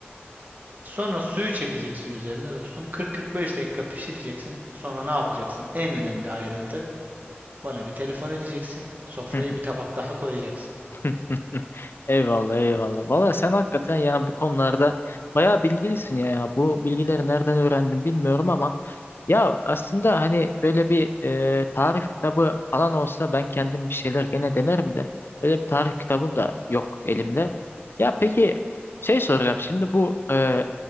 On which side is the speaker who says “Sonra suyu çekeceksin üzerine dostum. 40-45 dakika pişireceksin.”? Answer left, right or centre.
Right